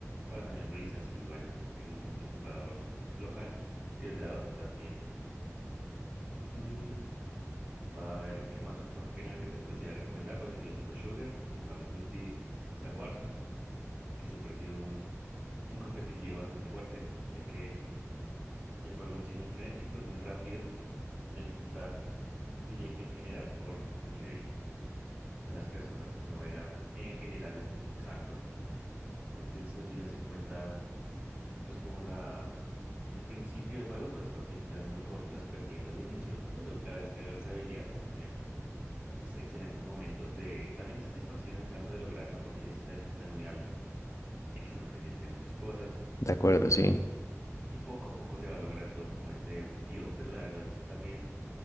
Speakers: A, on the right; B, on the left.
A: Para también risas y bueno, en en multijugador local, 10 dados también. Mm, para ver qué más otro género que te pudiese recomendar, pues el clásico shooter, como Call of Duty, está Warzone, que siempre ha sido un, un competitivo bastante fuerte, ya que el juego en sí es muy frenético, es muy rápido La dificultad, diría que en general por el nivel de las personas que uno juega, en general es, es alto. Ya que si no tienes en cuenta, pues como la, el principio del juego, pues las partidas se te dan muy cortas perdiendo al inicio, pero cada vez que agarras habilidad vas a tener unos excelentes momentos de, también de satisfacción en el caso de lograrlo, porque es, la dificultad es muy alta. Hay que estar muy pendiente de muchas cosas
B: De acuerdo,
A: y,
B: sí.
A: y poco a poco se va logrando como este objetivo, pero la verdad también